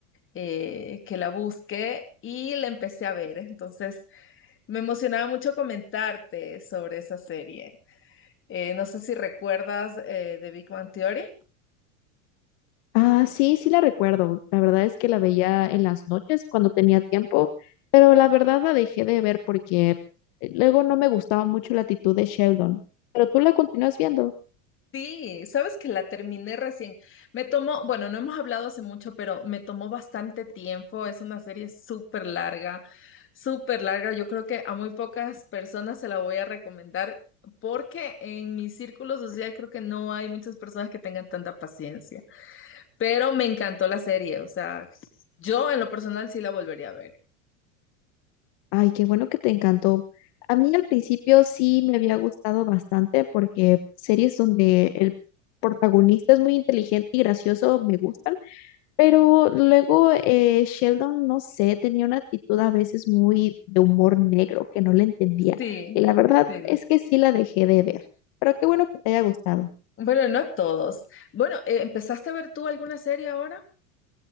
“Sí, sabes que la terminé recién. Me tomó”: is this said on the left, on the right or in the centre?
Left